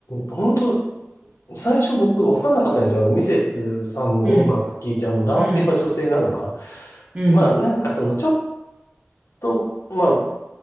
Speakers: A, on the left; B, on the right.
A: 本当。最初僕分かんなかったんですよ。あの、ミセスさんの音楽聴いて、
B: <laughs> うん、
A: あの、男性か女性なのか。
B: うん、うん、
A: まあ、なんかその、ちょっと、まあ、